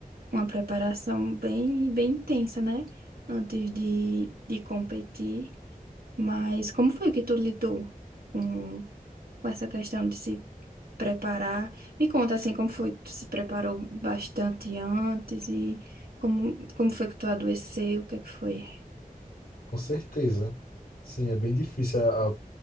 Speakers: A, on the right; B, on the left.
A: uma preparação bem, bem intensa, né? Antes de, de competir. Mas como foi que tu lidou com, com essa questão de se preparar? Me conta assim, como foi? que Tu se preparou bastante antes e como, como foi que tu adoeceu? O que é que foi?
B: Com certeza. Sim, é bem difícil a, a